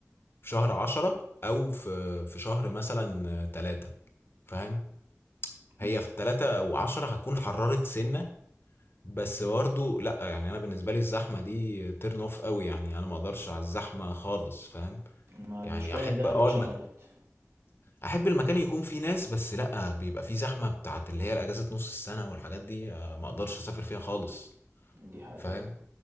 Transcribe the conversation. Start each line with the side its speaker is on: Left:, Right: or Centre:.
Left: في شهر عشرة او في في شهر مثلا تلاتة فاهم هي
Right: ايوه
Left: في تلاتة او عشرة هتكون حررت سنه بس برضه لا يعني انا بالنسبه لي الزحمه دي تيرن اوف قوي يعني انا ما اقدرش على الزحمه خالص فاهم
Right: ما هي
Left: يعني
Right: المشكلة
Left: احب
Right: ان دهب
Left: اه
Right: اتشهرت
Left: المك... احب المكان يكون فيه ناس بس لا بيبقى فيه زحمه بتاعت اللي هي الاجازه نص السنه والحاجات دي آه، ما اقدرش اسافر فيها خالص
Right: دي حقيقة
Left: فاهم